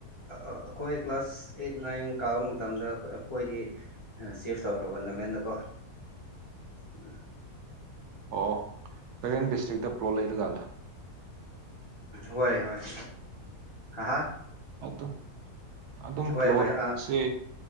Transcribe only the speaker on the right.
ꯑꯣ ꯄꯦꯔꯦꯟ ꯗꯤꯁꯇ꯭ꯔꯤꯛꯇ ꯄ꯭ꯂꯣꯠ ꯂꯩꯔꯒꯂꯥ
ꯑꯗꯣ ꯑꯗꯨꯝ
ꯄ꯭ꯂꯣꯠꯁꯦ